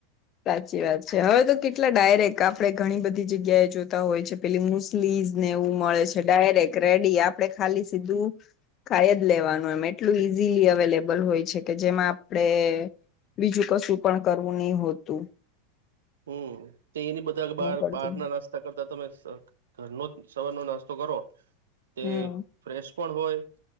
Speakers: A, on the left; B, on the right.
A: સાચી વાત છે હવે તો કેટલા ડાયરેક્ટ આપડે ઘણી બધી જગ્યાએ જોતા હોય છે પેલી મુસ્લીસને એવું મળે છે ડાયરેક રેડી આપણે ખાલી સીધું ખાય જ લેવાનું એમ એટલું ઈઝીલી અવેલેબલ હોય છે કે જેમાં આપડે બીજું કશું પણ કરવું નહી હોત તું.
B: હમ. તે એની બધા બાર
A: પડતું
B: બહાર ના નાસ્તા કરતા તમે ઘરનો સવારનો નાસ્તો કરો. તે
A: હમ
B: ફ્રેશ પણ હોય.